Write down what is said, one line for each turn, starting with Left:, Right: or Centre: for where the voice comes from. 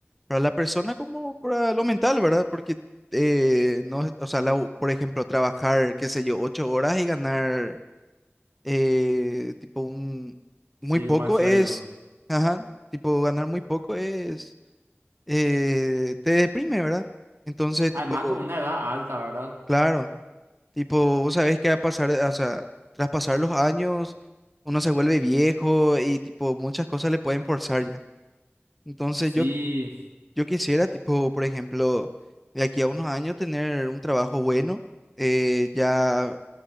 Centre: para la persona como para lo mental, ¿verdad? Porque, eh, no, es- o sea, la u- por ejemplo, trabajar, qué sé yo, ocho horas y ganar, eh, tipo, un,
Right: sí,
Centre: muy poco
Right: un mal sueldo.
Centre: es, ajá, tipo, ganar muy poco es, eh, te deprime, ¿verdad? Entonces,
Right: Además,
Centre: tipo,
Right: con una edad alta, ¿verdad?
Centre: claro. Tipo, vos sabés que a pasar, o sea, tras pasar los años, uno se vuelve viejo y tipo, muchas cosas le pueden forzar ya. Entonces
Right: Sí,
Centre: yo, yo quisiera, tipo, por ejemplo, de aquí a unos años tener un trabajo bueno, eh, ya